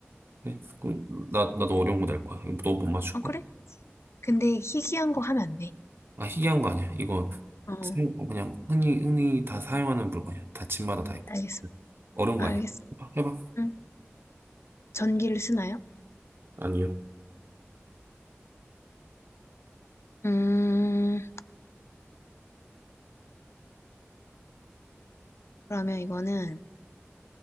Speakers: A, on the right; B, on the left.
A: 네. 그럼 나, 나도 어려운 거 낼 거야. 너 못 맞출
B: 아,
A: 거야?
B: 그래? 근데 희귀한 거 하면 안 돼.
A: 아, 희귀한 거 아니야. 이거
B: 어,
A: 사용- 그냥 흔히 흔히 다 사용하는 물건이야. 다 집마다 다 있고.
B: 알겠어.
A: 어려운
B: 알겠어.
A: 거 아니야. 해봐, 해봐.
B: 응. 전기를 쓰나요?
A: 아니요.
B: 음, 그러면 이거는,